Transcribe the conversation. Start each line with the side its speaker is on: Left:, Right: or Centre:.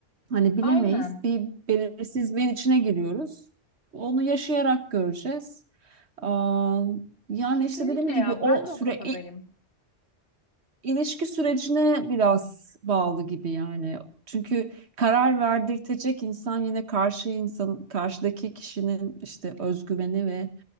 Right: Hani bilemeyiz.
Left: Aynen.
Right: Bir belirsizliğin içine giriyoruz. Onu yaşayarak göreceğiz. Aa, Yani
Left: Kesinlikle
Right: işte dediğim
Left: ya.
Right: gibi o
Left: Ben de
Right: süre
Left: o kafadayım.
Right: İlişki sürecine biraz bağlı gibi yani. Çünkü karar verdirtecek insan yine karşı insan, karşıdaki kişinin işte özgüveni ve